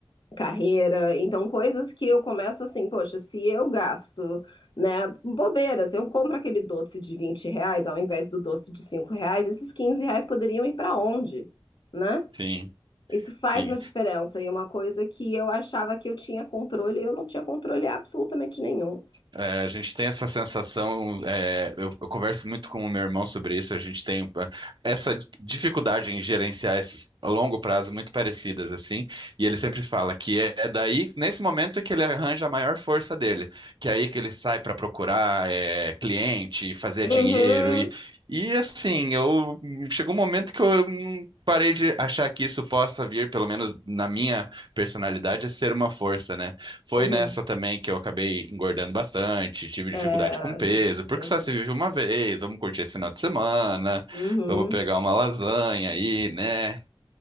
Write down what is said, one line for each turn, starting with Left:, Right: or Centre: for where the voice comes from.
Left: carreira, então coisas que eu começo assim, poxa, se eu gasto, né, bobeiras, eu compro aquele doce de 20 reais ao invés do doce de 5 reais, esses 15 reais poderiam ir para onde, né?
Right: sim,
Left: Isso faz
Right: sim.
Left: uma diferença e uma coisa que eu achava que eu tinha controle, eu não tinha controle absolutamente nenhum.
Right: É, a gente tem essa sensação, é, eu, eu converso muito com o meu irmão sobre isso, a gente tem ah, essa dificuldade em gerenciar esses a longo prazo muito parecidas, assim, e ele sempre fala que é, é daí, nesse momento, que ele arranja a maior força dele, que é aí que ele sai para procurar é, cliente, fazer
Left: Uhum,
Right: dinheiro, e, e assim, eu chegou um momento que eu hum, parei de achar que isso possa vir, pelo menos na minha personalidade, a ser uma força, né? Foi
Left: uhum.
Right: nessa também que eu acabei engordando bastante, tive dificuldade
Left: É,
Right: com peso,
Left: a gente
Right: porque
Left: sempre.
Right: só se vive uma vez, vamos curtir esse final de semana,
Left: Uhum.
Right: vamos pegar uma lasanha aí, né?